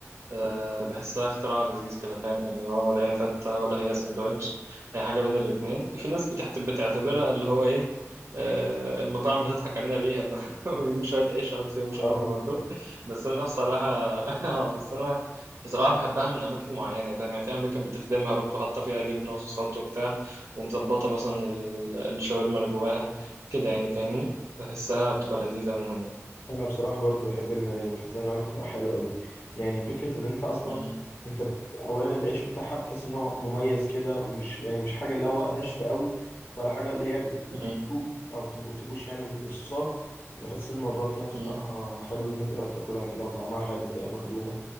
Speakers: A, on the right; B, on the left.
A: أه بحسها اختراع لذيذ كده فاهم يعني اللي هو ولا هي فتة ولا هي سندوتش هي حاجة بين الاتنين في ناس بتحت... بتعتبرها اللي هو ايه أه المطاعم بتضحك علينا بيها اللي هو <laughs> بيجيب شوية عيش يحط فيهم شاورما
B: اه
A: برضه بس أنا بصراحة <laughs> آه، بس أنا بصراحة بحبها من أماكن معينة فاهم يعني في أماكن بتخدمها بقى بتبقى حاطة فيها جبنة وصوصات وبتاع ومظبطة مثلا ال- الشاورما اللي جواها كده يعني فاهمني بحسها بتبقى لذيذة منهم يعني
B: انا بصراحه برضو بحب المرايه بحسها فعلا اختراع حلو قوي يعني فكره ان انت اصلا
A: م-
B: انت بت... اولا العيش بتاعها بتحس ان هو مميز كده ومش يعني مش حاجه اللي هو ناشفه
A: م-
B: قوي ولا حاجه اللي هي بت...
A: م-
B: بتدوب او تبو... تبوش يعني من الصوصات بحس الموضوع فيها بصراحه
A: م.
B: حلو ان انت قاعد تاكلها كده وطعمها حلو بتبقى مخدومه